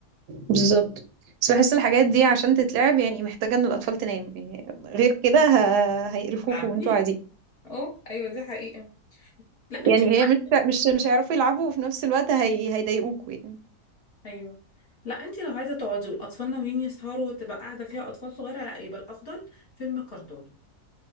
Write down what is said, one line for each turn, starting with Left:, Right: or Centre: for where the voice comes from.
Right: بالظبط بس بحس الحاجات دي عشان تتلعب يعني محتاجه ان الاطفال تنام يعني غير كده ه... هيقرفوكوا
Left: تلعبي
Right: وانتوا قاعدين
Left: <laughs> اه ايوه دي حقيقة لا انت
Right: يعني
Left: لو
Right: هي
Left: عايزة-
Right: مش مش مش هيعرفوا يلعبوا وفي نفس الوقت هي... هيضايقوكوا يعني
Left: ايوه لا انت لو عايزة تقعدي والاطفال ناويين يسهروا وتبقى قاعدة فيها اطفال صغيرة لا يبقى الافضل فيلم كرتون